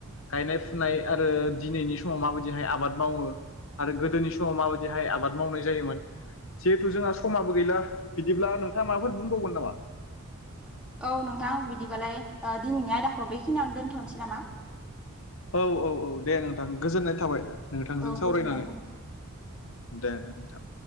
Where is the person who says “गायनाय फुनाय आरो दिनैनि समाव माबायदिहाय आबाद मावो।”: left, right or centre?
Left